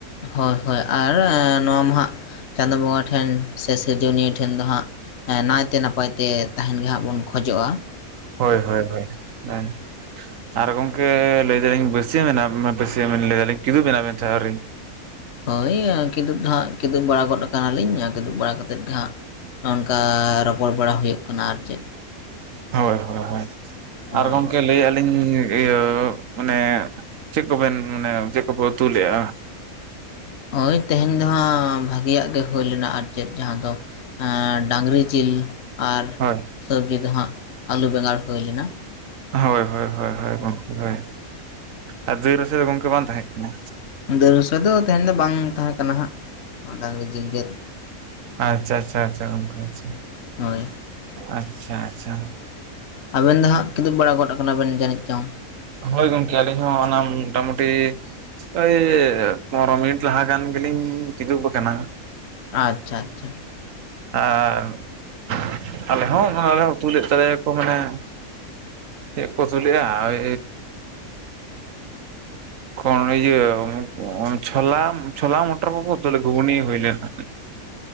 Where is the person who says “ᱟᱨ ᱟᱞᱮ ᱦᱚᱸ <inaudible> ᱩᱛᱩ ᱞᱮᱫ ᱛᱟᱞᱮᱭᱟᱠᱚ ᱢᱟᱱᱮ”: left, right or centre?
Right